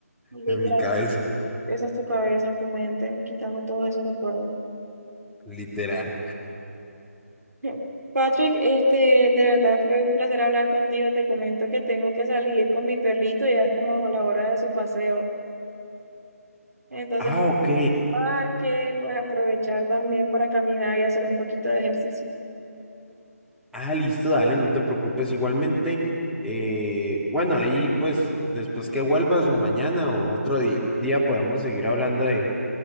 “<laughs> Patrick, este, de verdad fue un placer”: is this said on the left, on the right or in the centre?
Right